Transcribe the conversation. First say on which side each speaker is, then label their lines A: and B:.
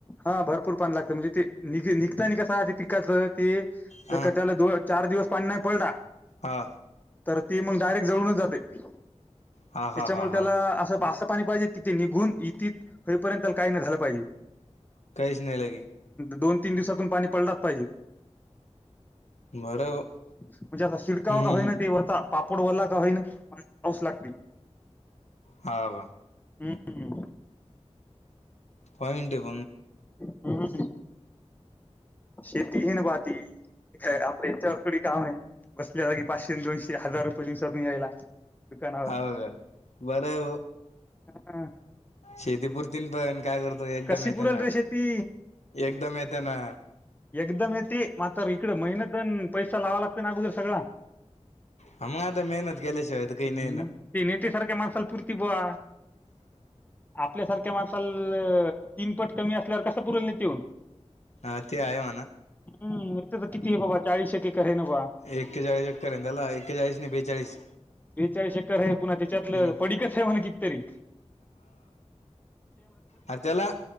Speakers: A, on the left (about 15°); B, on the left (about 75°).
A: हा भरपूर पान लागत म्हणजे ते निघ निघता नििकसा ते पिकाच ते
B: हा
A: जर का त्याला दोन चार दिवस पाणी नाही पलड
B: हा
A: तर ती मग डायरेक्ट जळूनच जाते त्याच्यामुळे
B: हा हा हा हा
A: त्याला असं अस पाणी पाहिजेत कि ते निघून इथ रीपर्यंत काही नाही झालं पाहिजे्
B: काहीच नाही लगे
A: दोन तीन दिवसातून पाणी पडलाच पाहिजे
B: बरं हो
A: म्हणजे आता शिडकावता
B: हम्म
A: होई
B: हम्म
A: ना ते वरता पाप पोड वला का होईना पाऊस लागते
B: हो का
A: हम्म
B: पॉईंट बघ
A: ह् शेतीही न पाती य आपल्या याच्यावर थोडी काम आहे बसल्या जागी पाचशे दोनशे ते हजार रुपये दिवसात नाही यायला दुकानावर
B: ह का बरं
A: हा,
B: शेतीपुरती पण काय करतो एकदम
A: कशी
B: येेतना
A: पुरेल रे शेती
B: एकदम येतना
A: एकदम येते मात्र इकड महिनतण पैसा लावा लागतो ना अगोदर सगळा
B: हा मग आता मेहनत केल्याशिवाय तर काही
A: ह्
B: नाही ना
A: मग ते नेत सारख्या माणसाला पुरती बवा आपल्यासारख्या माणसाल तीन पट कमी असल्यावर कस पुरल नाही येऊन
B: हा ते आहे म ना
A: हम् इथे तर किती आहे बाबा चाळीसशक्के के ना बा
B: एक्ेचाळीस चक्करला एेचाळीस बेचाळीस
A: ब्रेचाळीस एटर आहे पुन्हा त्याच्यातलं
B: हम्म
A: पडीकच आहे म्हण कितरी
B: ह त्याला